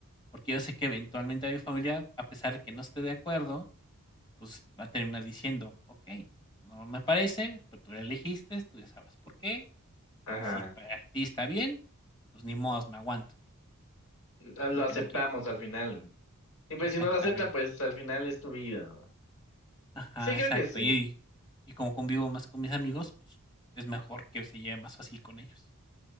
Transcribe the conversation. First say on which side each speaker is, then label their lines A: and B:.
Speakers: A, on the left; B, on the left.
A: porque yo sé que eventualmente a mi familia, a pesar de que no esté de acuerdo, pues va a terminar diciendo, ok, no me parece, pero tú la elegiste, tú ya sabrás por qué,
B: Ajá.
A: y si para ti está bien, pues ni modos, me aguanto,
B: Lo lo
A: aunque
B: aceptamos
A: no quiera.
B: al final. Y pues
A: Exactamente.
B: si no lo aceptan, pues al final es tu vida. ¿no?
A: Ajá,
B: Sí, creo
A: exacto.
B: que sí.
A: Y, y como convivo más con mis amigos, pues es mejor que se lleve más fácil con ellos.